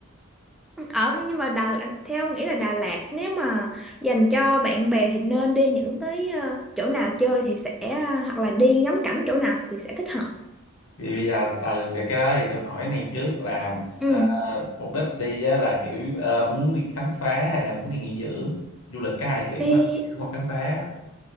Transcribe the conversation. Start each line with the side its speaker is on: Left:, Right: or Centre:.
Centre: ở nhưng mà Đà theo ông nghĩ là Đà Lạt nếu mà dành cho bạn bè thì nên đi những tới ờ, chỗ nào chơi thì sẽ ờ, hoặc là đi ngắm cảnh chỗ nào thì sẽ thích hợp
Left: Thì bây giờ từ từ để cái đó thì tôi hỏi này trước là
Centre: ừ
Left: à, mục đích đi á, là kiểu ờ, muốn đi khám phá hay là muốn đi nghỉ dưỡng du lịch có hai kiểu
Centre: đi
Left: mà nghỉ dưỡng hoặc khám phá